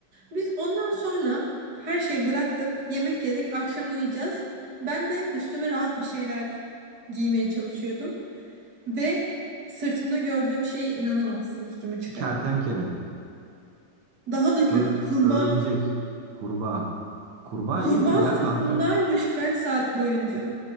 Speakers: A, on the right; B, on the right.
A: Biz ondan sonra her şeyi bıraktık. Yemek yedik. Akşam uyuyacağız. Ben de üstüme rahat bir şeyler giymeye çalışıyordum. Ve sırtımda gördüğüm şeye inanamazsın üstümü çıkarırken.
B: Kertenkele,
A: Daha da kötü
B: ör-
A: kurbağa
B: örümcek, kurbağa. Kurbağa
A: Kurbağa
B: iyidir ya
A: sırtındaymış
B: kanka.
A: kaç saat boyunca.